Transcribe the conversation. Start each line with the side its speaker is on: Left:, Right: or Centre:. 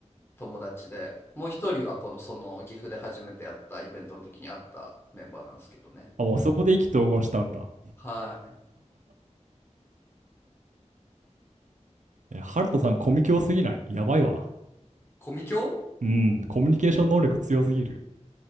Left: 友達でもう一人はこのその岐阜で初めてやったイベントの時に会ったメンバーなんですけどね
Right: あ、もうそこで意気投合したんだ。
Left: はい
Right: え、ハルトさん、コミュ強すぎない。やばいわ。
Left: コミケ
Right: うん、コミュニケーション能力強すぎる。